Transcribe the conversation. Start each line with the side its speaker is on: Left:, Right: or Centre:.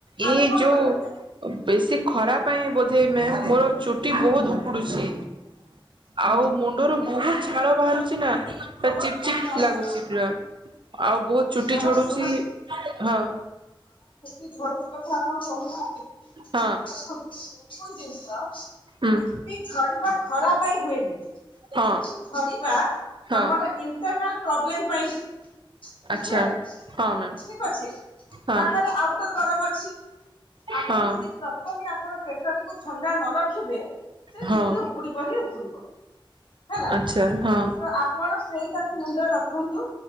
Left: ଆମେ
Right: ଏଇ
Left: କଣ
Right: ଯୋଉ
Left: କରିପାରିବା।
Right: ବେଶୀ ଖରା ପାଇଁ ବୋଧେ ମୋର ଚୁଟି ବହୁତ ଉପଡୁଛି ଆଉ ମୁଣ୍ଡରୁ ବହୁତ ଝାଳ ବାହାରୁଛି ନା ପା ଚିପ୍ ଚିପ୍
Left: ହଁ ହଁ
Right: ଲାଗୁଛି ପା ଆଉ ବହୁତ ଚୁଟି
Left: ମ୍ୟାଡାମ
Right: ଝଡୁଛି
Left: ଶୁଣନ୍ତୁ
Right: ହଁ
Left: ଝଡ଼ଛି କଥା ଆପଣ କହୁନାହାନ୍ତି
Right: ହଁ
Left: ଦେଖନ୍ତୁ ସବୁ ଜିନିଷ
Right: ହୁଁ
Left: ଚୁଟି ଝଡିବା ଖରା ପାଇଁ ହୁଏନି,
Right: ହଁ।
Left: ଚୁଟି ଝଡିବା
Right: ହଁ
Left: ତମର ଇ ପ୍ରୋବ୍ଲେମ୍ ପାଇଁ ହୁଏ।
Right: ଆଚ୍ଛା
Left: ବୁଝିହେଲା,
Right: ହଁ ମ୍ୟାମ୍
Left: ଠିକ ଅଛି
Right: ହଁ
Left: ବାହାରେ ଆଉଟର ଗରମ <inaudible> ଛି। ଆପଣ
Right: ହଁ
Left: ଯଦି ପ୍ରପରଲି ଆପଣ ପେଟଟିକୁ ଥଣ୍ଡା ନ ରଖିବେ ସେ
Right: ହଁ।
Left: ଚୁଟି ଉପୁଡିବ ହିଁ ଉପୁଡିବ। ହେଲା
Right: ଆଚ୍ଛା ହଁ
Left: ତ ଆପଣ ସେଇଟା ମୁଣ୍ଡରେ ରଖନ୍ତୁ।